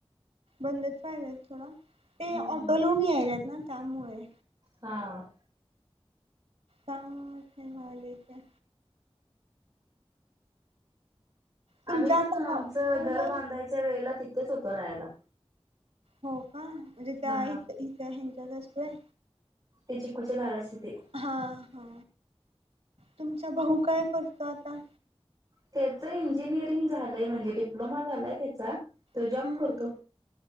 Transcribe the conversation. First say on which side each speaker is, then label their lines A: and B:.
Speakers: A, on the right; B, on the right.
A: बंदच पाहिजत थोडं ते
B: हम्म.
A: ऑटो लहून यायलात ना त्यामुळे
B: हां
A: कम ठ भा्हालेेत तुमचा
B: आम्ही पण
A: आता
B: आमचं
A: भाऊ भाऊ
B: घर
A: काय
B: बांधायच्या वेळेला तिथेच होतो राहायला
A: हो का म्हणजे त्या
B: हा.
A: इथ इथ ह्यांच्याच असतोय
B: ते चिकिकूचे झाड अस ते
A: हा हा तुमचा भाऊ काय करतो आता
B: त्याच इंजिनिअरिंग झालंय म्हणजे डिप्लोमा झालाय त्याचा तो
A: हम्म
B: जॉब करतो